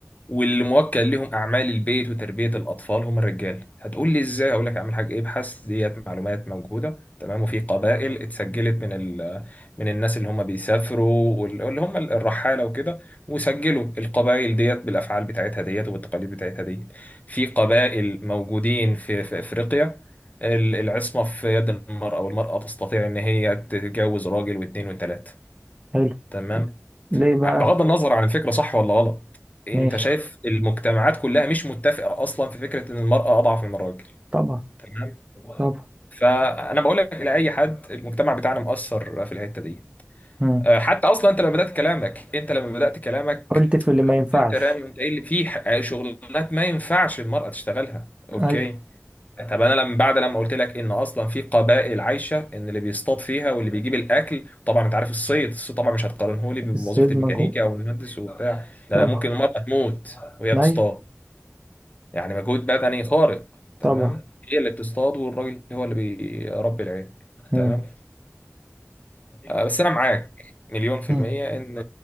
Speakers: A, on the left; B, on the right.
A: واللي موكل لهم اعمال البيت وتربيه الاطفال هم الرجال هتقول لي ازاي اقول لك اعمل حاجه ايه ابحث ديت معلومات موجوده تمام وفي قبائل اتسجلت من ال... من الناس اللي هم بيسافروا وال- واللي هم الرحاله وكده وسجلوا القبائل ديت بالافعال بتاعتها ديت والتقاليد بتاعتها ديت في قبائل موجودين في في افريقيا ال- العصمه في يد المراه والمراه تستطيع ان هي تتجوز راجل واثنين وثلاثه
B: حلو
A: تمام.
B: ليه بقى
A: بغض النظر عن الفكرة صح ولا غلط انت
B: ماشي
A: آه. شايف المجتمعات كلها مش متفقة اصلا في فكرة ان المرأة اضعف من الراجل
B: طبعا
A: تمام
B: طبعا
A: فانا بقول لك الى اي حد المجتمع بتاعنا مؤثر في الحتة دي
B: مم.
A: أه، حتى اصلا انت لما بدأت كلامك انت لما بدأت كلامك
B: قلت في اللي ما ينفعش
A: انت رامي وانت قايل لي في ح- شغلانات ما ينفعش المرأة تشتغلها اوكي
B: ايوه
A: طب انا لما بعد لما قلت لك ان اصلا في قبائل عايشه ان اللي بيصطاد فيها واللي بيجيب الاكل طبعا انت عارف الصيد الصيد طبعا مش هتقارنه لي بوظيفه
B: الصيد
A: الميكانيكا
B: مجهول
A: او المهندس وبتاع ده
B: طبعا
A: لا ممكن المراه تموت وهي
B: ايوه
A: بتصطاد يعني مجهود بدني خارق تمام
B: طبعا
A: هي اللي بتصطاد والراجل هو اللي بيربي العيال
B: مم.
A: تمام آه، بس انا معاك مليون في
B: مم.
A: المية ان